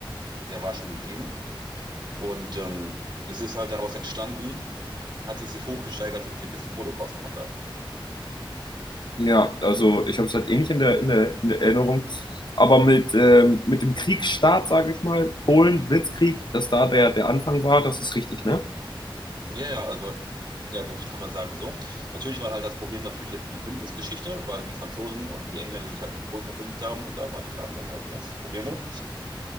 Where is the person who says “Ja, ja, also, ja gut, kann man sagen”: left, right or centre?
Right